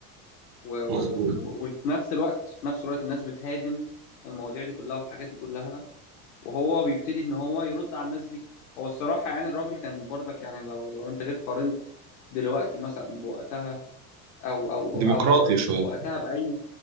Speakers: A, on the left; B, on the right.
A: و- و-
B: مظبوط
A: و- وفي نفس الوقت في نفس الوقت الناس بتهاجم المواضيع دي كلها والحاجات دي كلها وهو بيبتدي ان هو يرد على الناس دي هو الصراحه يعني الراجل كان برضك يعني لو لو انت جيت قارنت دلوقتي مثلا بوقتها او او
B: ديمقراطي
A: او
B: شوية
A: وقتها باي